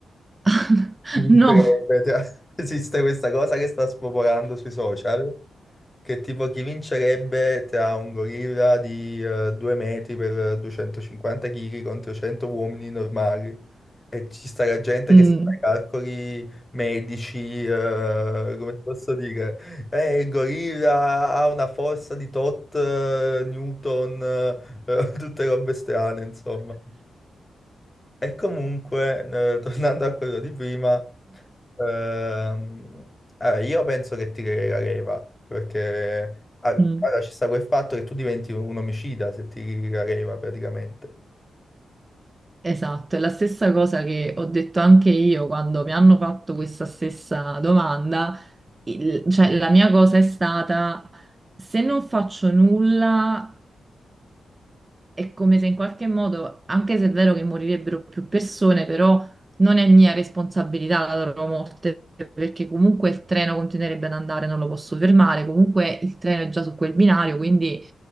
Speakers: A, on the right; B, on the left.
A: <laughs>
B: Chi vincerebbe?
A: No.
B: Cioè, <laughs> esiste questa cosa che sta spopolando sui social, che tipo chi vincerebbe tra un gorilla di eh, 2 metri per 250 kg contro 100 uomini normali. E ci sta la gente
A: Mm,
B: che si fa i calcoli medici, eh, come ti posso dire? Eh, il gorilla ha una forza di tot, eh, Newton, eh, <laughs> tutte robe strane, insomma. E comunque, eh, tornando a quello di prima... Ehm, allora, io penso che ti la leva, perché ah, allora,
A: mm.
B: ci sta quel fatto che tu diventi un omicida se ti la leva praticamente.
A: Esatto, è la stessa cosa che ho detto anche io quando mi hanno fatto questa stessa domanda. Il- cioè, la mia cosa è stata, se non faccio nulla, è come se in qualche modo, anche se è vero che morirebbero più persone, però non è mia responsabilità la loro morte, perché comunque il treno continuerebbe ad andare, non lo posso fermare, comunque il treno è già su quel binario, quindi